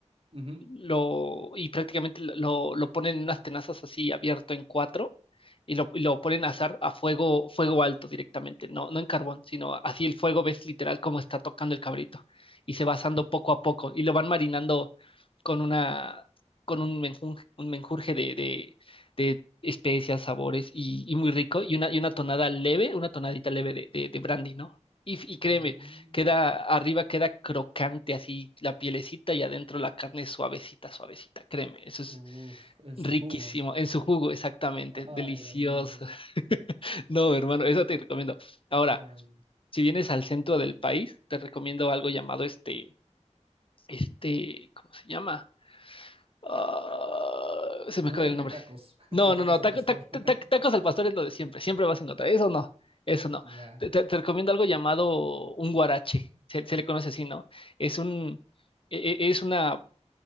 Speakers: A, on the right; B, on the left.
A: Ujú.
B: lo, y prácticamente lo, lo ponen en unas tenazas así abierto en cuatro y lo, y lo ponen a azar a fuego, fuego alto directamente, no, no en carbón, sino así el fuego ves literal cómo está tocando el cabrito y se va asando poco a poco y lo van marinando con una, con un menjunje, un menjurje de, de, de especias, sabores y, y muy rico y una, y una tonada leve, una tonadita leve de, de, de brandy, ¿no? Y, y créeme,
A: Mm,
B: Queda, arriba queda crocante así la pielecita y adentro la carne suavecita, suavecita, créeme, eso
A: Uf,
B: es
A: en
B: riquísimo,
A: su jugo.
B: en su jugo, exactamente,
A: Ay,
B: delicioso.
A: amigo.
B: <laughs> No, hermano, eso te recomiendo. Ahora,
A: Ay.
B: si vienes al centro del país, te recomiendo algo llamado este, este, ¿cómo se llama? Ah, se
A: No
B: me acaba
A: me digas
B: el
A: que
B: nombre.
A: tacos.
B: No,
A: <laughs>
B: no,
A: Tacos
B: no. taco-
A: al pastor.
B: tac- tac-
A: <laughs>
B: tac- tacos al pastor es lo de siempre. Siempre vas a encontrar. Eso no. Eso no.
A: Ya.
B: Te, te- te recomiendo algo llamado un guarache. Se, se le conoce así, ¿no? Es un, e- e- es una,